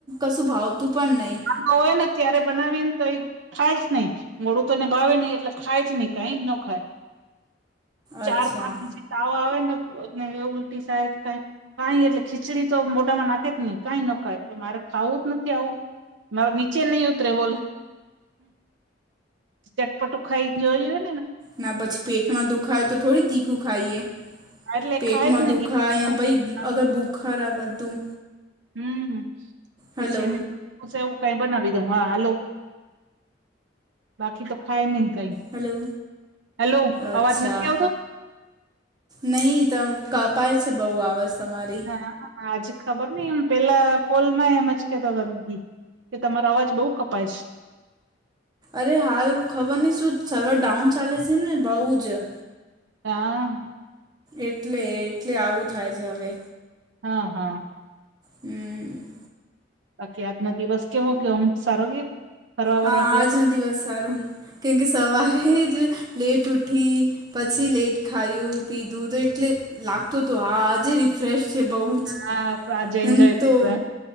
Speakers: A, on the right; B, on the right.
A: કશું ભાવતું પણ નહીં.
B: તો, હોય ને ત્યારે બનાવી એને તો એ. ખાય જ નહીં. મોડું તો એને ભાવે નહિ, એટલે ખાય જ નહીં. કાંઈ જ ન ખાય.
A: અચ્છા
B: ચાર પાંચ દિવસ થી તાવ આવે ને ઉલટી થાય. ક કંઈ એટલે... કચડી તો મોટામાં નાખે જ નહી કઈ નખાય મારે ખાવું જ નથી આવું મારે નીચે નહીત બોલે, ચટપટું ખાઈ જોયું હ
A: ના પછી પેટમાં દુખાય તો થોડી તીખું ખાઈએ.
B: એટલે
A: પેટમાં
B: ખાય જ નહી
A: દુઃખે
B: હમ
A: ભઈ અગર બુખાર આ બધું.
B: હમ, પછી
A: હલો
B: એની. પછી એવું કંઈ બનાવી દઉં. હા હાલો બાકી તો ખાય નહી કંઈ?
A: હલો
B: હેલો,
A: અચ્છા
B: અવાજ નથી આવતો?
A: નહીં ત કપાય છે. બહુ આવાજ તમારી.
B: હા આજ ખબર નઈ એમ પેલા કોલ ના એમજ કેતો તો કી કે તમારો અવાજ બઉુ કપાય છે.
A: અરે હાલ ખબર નઈ શું સર્વર ડાઉન ચાલે છે ને બઉુ જ
B: હા.
A: એટલે એટલે આવું થાય છે હવે
B: હા હા
A: હમ.
B: બાકી આજનો દિવસ કેવો ગયોમ સારો ગયો ફરવા બરવા
A: હા આજ
B: ગયા
A: નો દિવસ સારું. કેમકે સવારે જ લેટ ઉઠી પછી લેટ ખાયું પીધું. તો એટલે લાગતો તો હા આાજે રિફ્રેશ છે બહુ જ
B: હા આજે એન્જોય
A: એમ
B: કરતો
A: તો